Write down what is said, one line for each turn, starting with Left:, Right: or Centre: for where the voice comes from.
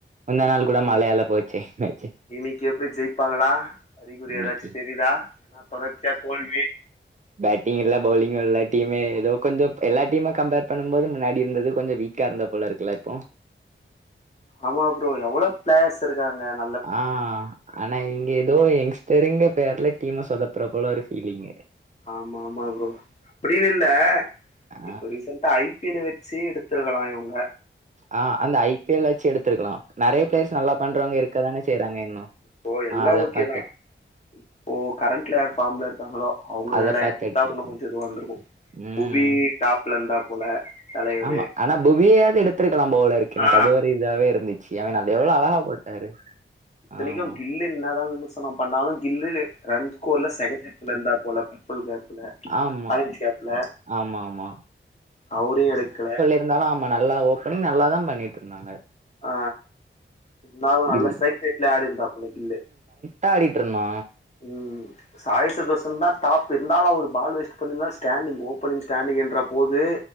Right: முந்தாநாள கூட மழையால போச்சே மேச்சு
Left: இன்னிக்கு எப்படி ஜெயிப்பாங்களா அறிகுறி
Right: இன்னைக்கி
Left: ஏதாச்சு தெரியிதா தொடர்ச்சியா தோல்வி
Right: பேட்டிங்கில்ல பௌளிங்கில்லே டீமே ஏதோ கொஞ்சோ எல்லா டீமை கம்பேர் பண்ணு போது முன்னாடி இருந்தது கொஞ்சோ வீக்கா இருந்தாப்போல இருக்குல இப்போ
Left: ஆமா ப்ரோ எவ்ளோ ப்ளாஸ் இருக்காங்க இரு
Right: அ ஆனா இங்க எதோ எங்ஸடரிங்க பேர்ல டீம சொதப்பற போல இருக்கு இவிங்க
Left: ஆமா ஆமா ப்ரோ அப்பிடினில்ல
Right: ஆ
Left: இப்ப ரீசன்ட் டா ஐ பி எல வச்சே எடுத்துருக்கலா இவுங்க
Right: அ அந்த ஐ பி எல் வச்சு எடுத்துருக்கலா நெறய ப்ளேயர்ஸ் நல்லா பண்றவங்க இருக்கதான செய்றாங்க இன்னு
Left: இப்போ எல்லா
Right: ஆ அத
Left: ஓகேதா
Right: பாத்து
Left: இப்போ கரண்ட்ல யார் ஃபாம்ல இருக்காங்களோ அவுங்கல
Right: அத பாத்து
Left: எடுத்துருந்தா
Right: எடுத்திருக்கோ
Left: இன்னு கொஞ்சோ இதுவாருந்துருக்கு
Right: ம்
Left: புவி டாப்ல இருந்தா போல தலைவரு
Right: ஆமா ஆனா புவியாவது எடுத்துருக்கலா போலருக்கு எனக்கு
Left: ஆ
Right: அது ஒரு இதுவாவே இருந்துச்சு சியாளா எவ்வள அழகா போட்டாரு
Left: இத்தனைக்கு
Right: ஆமா
Left: கில்லு என்னதா விமர்சன பண்ணாலு கில்லு ரன் ஸ்கோர்ல செக்ண்ட் எடத்துல இருந்தார் போல புல் கேப்புல
Right: ஆமா
Left: ஆயன்ஸ் கேப்புல
Right: ஆமா ஆமா
Left: அவுரையு எடுக்குல
Right: இருந்தாலு ஆமா நல்லா ஓப்பனிங் நல்லாதா பண்ணிட்ருந்தாங்க
Left: ஆ இருந்தாலு நல்ல
Right: கில்
Left: ஸ்டைக் ரேட்ல ஆடிருந்தாப்புல கில்லு
Right: டா ஆடிட்ருந்தா
Left: ம் சாய் சுதர்ஷன் தா டாப்பு இருந்தாலு ஒரு பால் வேஸ்ட் பண்ணிருந்தா ஸ்டாண்டிங் ஓப்பனிங் ஸ்டாண்டிங்ன்ற போது